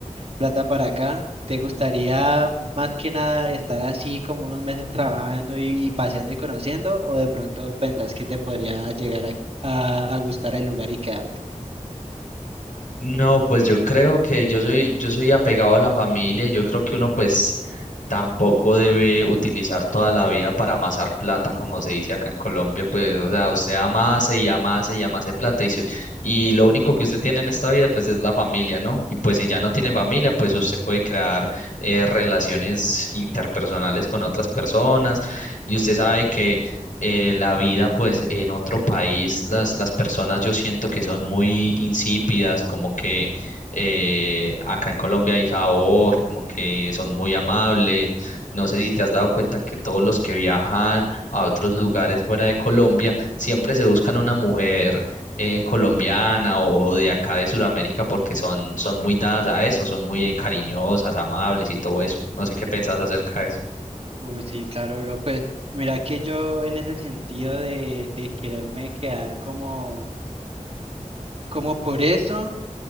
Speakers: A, on the right (about 50°); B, on the left (about 75°).
A: plata para acá, ¿te gustaría más que nada estar así como unos meses trabajando y, y paseando y conociendo? ¿O de pronto pensás que te podría llegar a, a- a gustar el lugar y quedarte?
B: No, pues yo creo que yo soy, yo soy apegado a la familia y yo creo que uno pues tampoco debe utilizar toda la vida para amasar plata, como se dice acá en Colombia, pues, o sea, usted amase y amase y amase plata y, se- y lo único que usted tiene en esta vida pues es la familia, ¿no? Y pues si ya no tiene familia, pues usted puede crear eh, relaciones interpersonales con otras personas y usted sabe que eh, la vida, pues en otro país, las, las personas yo siento que son muy insípidas, como que eh, acá en Colombia hay sabor, como que son muy amables. No sé si te has dado cuenta que todos los que viajan a otros lugares fuera de Colombia siempre se buscan una mujer. eh, colombiana o de acá de Sudamérica porque son, son muy dadas a eso, son muy eh, cariñosas, amables y todo eso. No sé qué pensás acerca de eso.
A: Uh, sí, claro, bro. Pues mira que yo en ese sentido de, de quererme quedar como, como por eso,